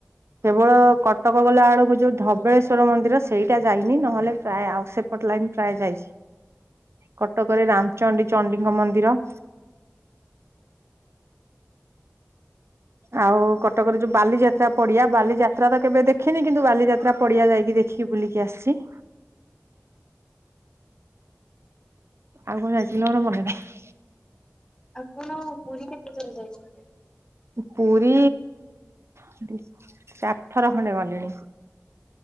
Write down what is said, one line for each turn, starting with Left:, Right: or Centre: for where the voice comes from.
Right: କେବଳ କଟକ ଗଲା ବେଳକୁ ଯୋଉ ଧବେ ଈଶ୍ୱର ମନ୍ଦିର ସେଇଟା ଯାଇନି ନହେଲେ ପ୍ରାୟ ଆଉ ସେପଟ ଲାଇି ପ୍ରାୟ ଯାଇଛି। କଟକରେ ରାମଚଣ୍ଡୀ ଚଣ୍ଡୀଙ୍କ ମନ୍ଦିର ଆଉ କଟକରେ ଯୋଉ ବାଲିଯାତ୍ରା ପଡିଆ ବାଲିଯାତ୍ରା ତ କେବେ ଦେଖିନି, କିନ୍ତୁ ବାଲିଯାତ୍ରା ପଡିଆ ଯାଇକି ଦେ। ଯାଇକି ବୁଲିିକି ଆସିଛି। ଆଉ କୁଆଡେ ଯାଇଥିଲ ମୋର ମନେ ନାହିଁ।
Left: ଆପଣ ପୁରୀ କେତେ ଥର ଯାଇଛନ୍ତି?
Right: ପୁରୀ ଚାରି ଥର ଖଣ୍ଡେ ଗଲିଣି।